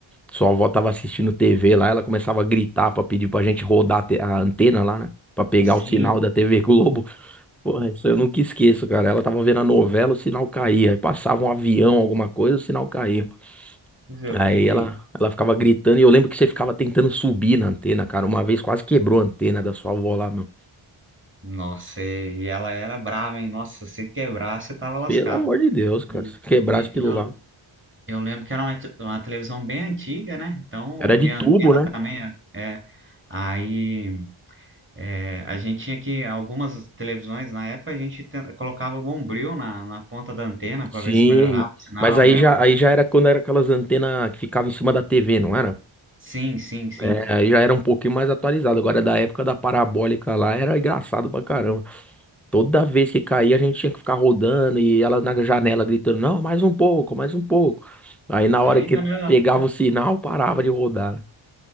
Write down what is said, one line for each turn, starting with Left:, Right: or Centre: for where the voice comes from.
Centre: sua avó tava assistindo TV lá, ela começava a gritar pra pedir pra gente rodar a te- a antena lá, né? Pra pegar
Right: Sim,
Centre: o sinal da TV Globo. <laughs> Porra, isso eu nunca esqueço, cara. Ela tava vendo a novela, o sinal caía. Aí passava um avião, alguma coisa, o sinal caía.
Right: viu?
Centre: Aí
Right: e
Centre: ela, ela ficava gritando e eu lembro que você ficava tentando subir na antena, cara. Uma vez quase quebrou a antena da sua avó lá, meu.
Right: nossa, e, e ela era brava, hein? Nossa, se quebrar, você tava lascado.
Centre: Pelo amor de Deus, cara.
Right: E,
Centre: Se quebrasse
Right: e-
Centre: aquilo
Right: e eu,
Centre: lá.
Right: eu lembro que era uma, te- uma televisão bem antiga, né? Então,
Centre: Era de
Right: e
Centre: tubo,
Right: a antena
Centre: né?
Right: também é. é. Aí é, a gente tinha que algumas televisões na época a gente ten- colocava bombril na, na ponta da antena para
Centre: Sim,
Right: ver se melhorava o sinal,
Centre: mas aí
Right: lembra?
Centre: já, aí já era quando era aquelas antenas que ficavam em cima da TV, não era?
Right: Sim, sim, sim.
Centre: É, aí já era um pouquinho mais atualizado. Agora, da época da parabólica lá, era engraçado pra caramba. Toda vez que caía, a gente tinha que ficar rodando e ela na janela gritando: Não, mais um pouco, mais um pouco. Aí, na hora
Right: Ainda
Centre: que
Right: não.
Centre: pegava o sinal, parava de rodar. né?